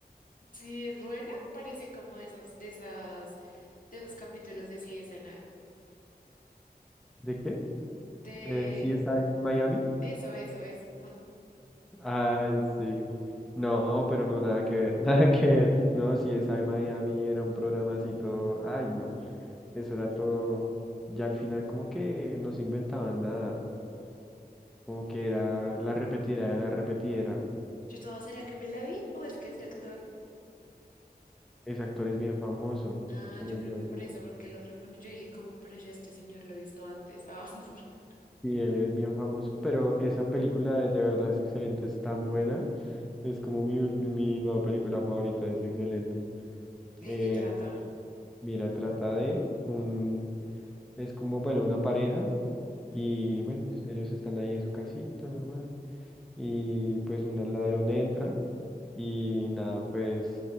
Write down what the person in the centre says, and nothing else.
¿De qué?
De CSI Miami.
Ay, sí. No, pero no, nada que ver, <laughs> nada que ver. No, si es I Miami era un programa así todo. Ay, no. Eso era todo. Ya al final, como que no se inventaban nada. Como que era la repetidera de la repetidera.
Ese actor es bien famoso.
Se me
olvidó
el
nombre.
Sí, él es bien famoso, pero esa película de de verdad es excelente, es tan buena. Es como mi, ulti- mi nueva película favorita, es excelente.
Eh,
mira, trata de un Es como, bueno, una pareja
y bueno, ellos están ahí en su casita normal y pues un ladrón entra y nada, pues